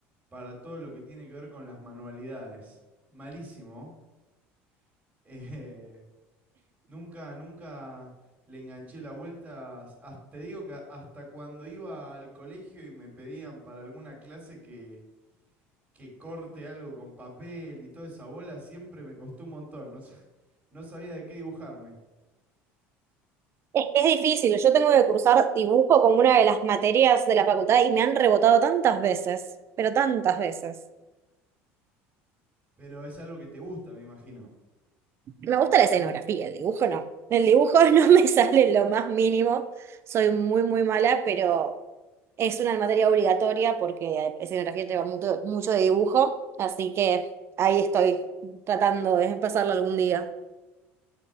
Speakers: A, on the right; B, on the right.
A: para todo lo que tiene que ver con las manualidades. Malísimo. <laughs> Eh, Nunca, nunca le enganché la vuelta. as- te digo que hasta cuando iba al colegio y me pedían para alguna clase que, que corte algo con papel y toda esa bola, siempre me costó un montón. No, sa- <laughs> no sabía de qué dibujarme.
B: Es que es difícil. Yo tengo que cursar dibujo como una de las materias de la facultad y me han rebotado tantas veces, pero tantas veces.
A: Pero es algo que te gusta, me imagino.
B: Me gusta la escenografía, el dibujo no. El dibujo <laughs> no me sale lo más mínimo. Soy muy, muy mala, pero es una materia obligatoria porque escenografía lleva mucho, mucho de dibujo, así que ahí estoy tratando de pasarlo algún día.